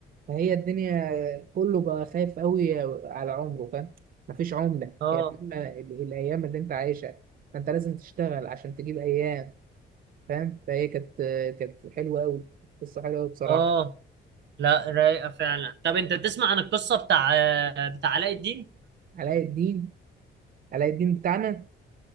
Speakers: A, on the right (about 45°); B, on the right (about 60°).
A: فهي الدنيا كله بقى خايف قوي على عمره فاهم مفيش عملة
B: اه
A: يعني إما ال- الايام اللي انت عايشها فانت لازم تشتغل عشان تجيب ايام فاهم فهي كانت آه، كانت حلوة قوي قصة حلوة قوي بصراحة
B: اه لا رايقة فعلا طب انت تسمع عن القصة بتاع بتاع علاء الدين
A: علاء الدين علاء الدين بتاعنا